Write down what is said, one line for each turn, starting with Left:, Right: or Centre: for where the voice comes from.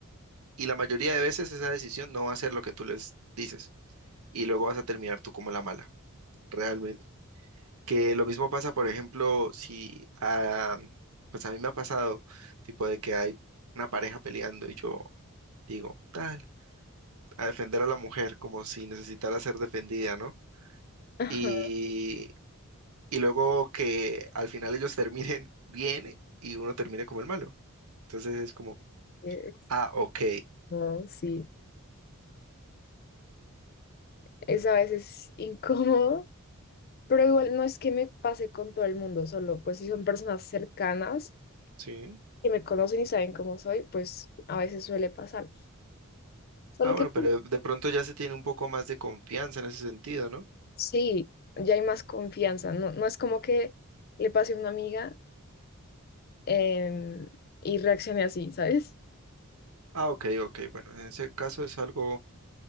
Right: y la mayoría de veces esa decisión no va a ser lo que tú les dices y luego vas a terminar tú como la mala. realmente. Que lo mismo pasa, por ejemplo, si, ah, pues a mí me ha pasado, tipo de que hay una pareja peleando y yo digo, tal, a defender a la mujer como si necesitara ser defendida, ¿no?
Left: <laughs> Ajá,
Right: Y, y luego que al final ellos terminen <laughs> bien y uno termine como el malo. Entonces es como,
Left: es-
Right: ah, ok,
Left: No, sí, es a veces incómodo, pero igual no es que me pase con todo el mundo, solo pues si son personas cercanas
Right: sí.
Left: que me conocen y saben cómo soy, pues a veces suele pasar. Solo
Right: Ah, bueno,
Left: que
Right: pero de de pronto ya se tiene un poco más de confianza en ese sentido, ¿no?
Left: sí, ya hay más confianza. No, no es como que le pase a una amiga em, y reaccione así, ¿sabes?
Right: Ah, ok, ok, bueno, en ese caso es algo